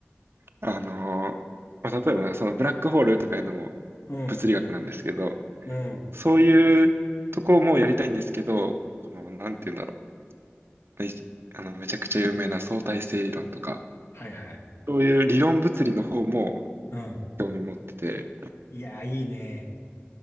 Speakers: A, on the right; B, on the left.
A: あの、まあ、例えばなそのブラックホールとかいうのも
B: うん、
A: 物理学なんですけど、
B: うん。
A: そういうとこもやりたいんですけど、この、なんて言うんだろう。ねあの、めちゃくちゃ有名な相対性理論とか、
B: はいはい。
A: そういう理論物理の方も
B: うん。
A: 興味持ってて、
B: いや、いいね。